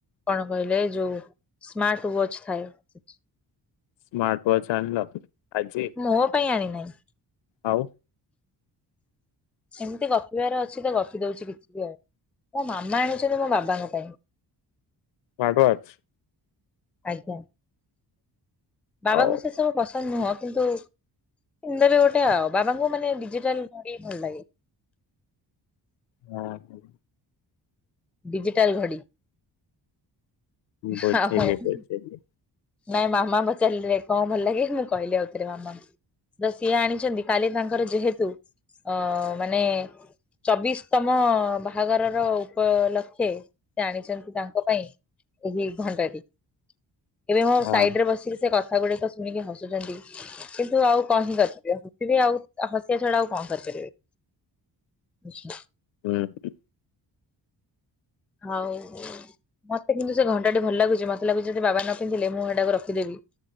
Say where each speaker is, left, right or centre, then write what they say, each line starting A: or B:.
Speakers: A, in the centre; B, on the left.
A: କଣ କହିଲେ ଯୋଉ ମା ଟୁ ୱାଚ୍ ଥାଏ।
B: ସ୍ମାର୍ଟ ୱାଚ ଆଣିଲ, ଆଜି?
A: ମୋ ପାଇଁ ଆଣିନାହିଁ।
B: ଆଉ,
A: ଏମିତି ଗପିବାର ଅଛି ତ ଗପି ଦଉଛି କିଛି ବି ଆଉ। ମୋ ମାମା ଆଣିଛନ୍ତି ମୋ ବାବାଙ୍କ ପାଇଁ।
B: ସ୍ମାର୍ଟ ୱାଚ,
A: ଆଜ୍ଞା, ବାବାଙ୍କୁ
B: ଆଉ
A: ସେସବୁ ପସନ୍ଦ ନୁହଁ କିନ୍ତୁ କିଣିଦେଲି ଗୋଟେ ଆଉ। ବାବାଙ୍କୁ ମାନେ ଡିଜିଟାଲ ଘଡି ଭଲ ଲାଗେ।
B: ହଁ,
A: ଡିଜିଟାଲ ଘଡି,
B: ବୁଝିଲି
A: ହଁ ହ ହ,
B: ବୁଝିଲି
A: ନାଇଁ ମାମା ପଚାରିଲେ କଣ ଭଲ ଲାଗେ, ନା କହିଲି ଆଉଥରେ ମାମାଙ୍କୁ। ତ ସିଏ ଆଣିଛନ୍ତି କାଲି ତାଙ୍କର ଯେହେତୁ ଅ-ଅ-ଅ-ଅ ମାନେ ଚବିଶତମ ବାହାଘରର ପ-ଅ-ଅ-ଅ-ଅ ଲକ୍ଷେ ସେ ଆଣିଛନ୍ତି ତାଙ୍କ ପାଇଁ ଏହି ଭଣ୍ଡାରୀ ଏବେ ମୋ
B: ହଁ
A: ସାଇଡ୍ ରେ ବସିକି ସେ କଥା ଗୁଡିକ ଶୁଣିକି ହସୁଛନ୍ତି। କିନ୍ତୁ ଆଉ କଣ ହିଁ କରିପାରିବେ ହସିବି ଆଉ ହସିବା ଛଡା ଆଉ କଣ କରିପାରିବେ। ଆଛା। <inaudible>
B: ହୁଁ,
A: ହଉ-ଉ-ଉ ମତେ କିନ୍ତୁ ସେ ଘଣ୍ଟାଟି ଭଲ ଲାଗୁଛି। ମତେ ଲାଗୁଚି ଯଦି ବାବା ନ ପିନ୍ଧିଲେ ମୁଁ ହେଟାକୁ ରଖିଦେବି।